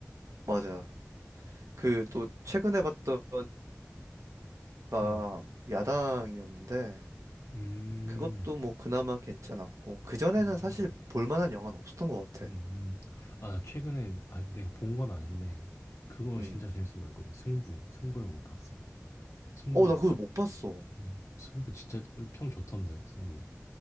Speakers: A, on the right; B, on the left.
A: 맞아. 그 또 최근에 봤던 영화가
B: 음.
A: 야당이었는데,
B: 음.
A: 그것도 뭐 그나마 괜찮았고 그전에는
B: 음.
A: 사실 볼 만한 영화는 없었던 것 같아.
B: 음음. 아 나 최근에 아 내가 본 건 아닌데
A: 음.
B: 그거
A: 음.
B: 진짜 재밌어 보였거든. 승부. 승부를 못 봤어. 승부
A: 어, 나 그거
B: 알아?
A: 못 봤어.
B: 어 승부 진짜 그 평 좋던데 승부.